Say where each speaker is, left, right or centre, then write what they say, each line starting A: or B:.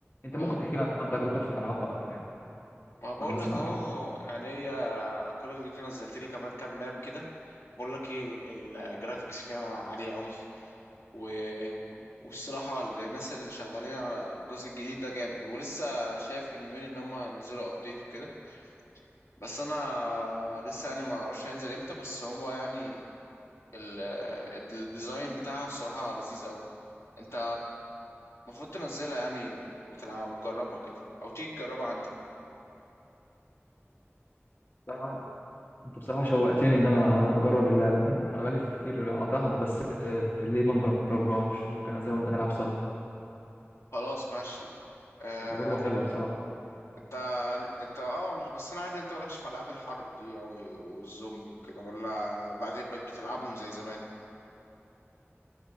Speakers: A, on the left; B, on the left.
A: أنت
B: ليه
A: ممكن تحكي لي عن تجربتك في الألعاب أكتر يعني
B: ما بقول
A: وأنا هسمعك
B: لك اهو
A: يلا
B: يعني هي كول اوف ديوتي نزلت لي كمان كام ماب كده بقول لك ايه الجرافيكس فيها عاليه قوي و... والصراحه الناس اللي شغالين على الجزء الجديد ده جامد ولسه شايف من يومين ان هم هينزلوا ابديت وكده بس انا لسه يعني ما اعرفش هينزل امتى بس هو يعني ال... الديزاين بتاعها الصراحه لذيذ قوي انت المفروض تنزلها يعني وتلعب وتجربها كده او تيجي تجربها عندي
A: بصراحة أنت بصراحة شوقتني إن أنا أجرب اللعبة دي أنا بقالي كتير قاطعها بس ليه ما نجربهاش ممكن أنزلها ونبقى نلعب سوا
B: خلاص ماشي آه،
A: تبقى تجربة حلوة بصراحة
B: انت انت اه انا بس انا عارف ان انت مالكش في العاب الحرب دي اوي والزومبي وكده ولا بعدين بقيت بتلعبهم زي زمان